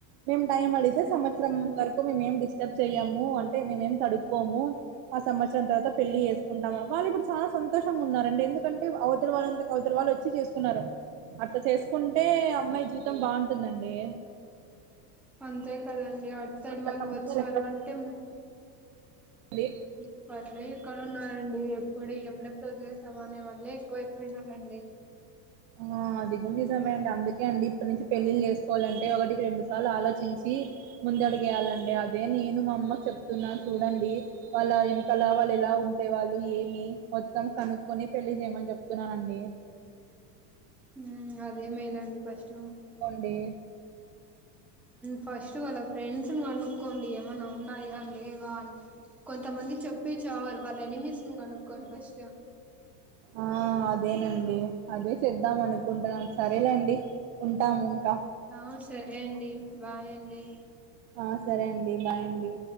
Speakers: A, on the right (about 45°); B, in the centre.
A: మేము టైం అడిగితే
B: హ్మ్
A: సంవత్సరం వరకు మేమేం డిస్టర్బ్ చేయ్యాము అంటే మేమేం తడు కోము ఆ సంవత్సరం తర్వాత పెళ్లిి చేసుకుంటాము వాళ్ళు ఇప్పుడు చాలా సంతోషంగా ఉన్నారండి ఎందుకంటే అవతల వాళ్ళంతా కౌతరు వాళ్ళు వచ్చి చేసుకున్నారు అట్ల చేసుకుంటే అమ్మాయి జీవితం బాగుంటుందండి
B: అంతే కదండి అటు సైడ్
A: అట్లా
B: వాళ్ళు
A: సంబంధాలు
B: వచ్చారు అంటే
A: అండి
B: ఇప్పట్లే ఎక్కడ ఉన్నారండి ఎప్పుడు ఎప్పుడెప్పుడు వదిలేస్ తమ అనె వాళ్లె ఎక్కువైపోయినారండి
A: ఆ అది కూడ నిజమే అండి అందుకే అండి ఇప్పటి నుంచి పెళ్ళిళ్ చేసుకోవాలంటే ఒకటికి రెండు సార్లు ఆలోచించి ముందడుగు వేయాలండి అదే నేను మా అమ్మ క్ చెప్తున్నా చూడండి వాళ్ళ వెనకల వాళ్ళు ఎలా ఉంటే వాళ్ళు ఏమి మొత్తం కనుక్కుొని పెళ్లిి చేయమని చెప్తున్నానండి
B: ఉమ్ అదే మేలండి వస్ట్
A: డి
B: ఫస్ట్ వాళ్ళ ఫ్రెండ్స్ని కనుక్కోండి ఏమన్న ఉన్నాయా లేవా అని కొంతమంది చెప్పే చావారు వాళ్ళ ఎనిమిస్ ని అనుక్కకోండి ఫస్ట్
A: ఆ అదేనండి అదే చేద్దాం అనుకుంటున్నాం సరేలేండి ఉంటాము ఇంక
B: ఆహ్ సరే అండి బాయ్ అండి
A: ఆ సరే అండి బాయ్ అండి